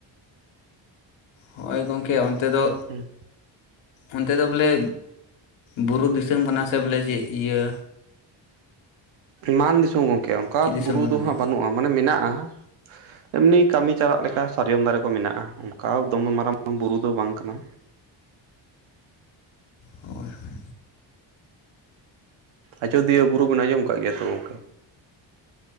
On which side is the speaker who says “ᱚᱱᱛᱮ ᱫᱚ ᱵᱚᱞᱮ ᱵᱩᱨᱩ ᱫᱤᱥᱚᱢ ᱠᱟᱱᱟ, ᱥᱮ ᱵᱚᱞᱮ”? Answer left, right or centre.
Left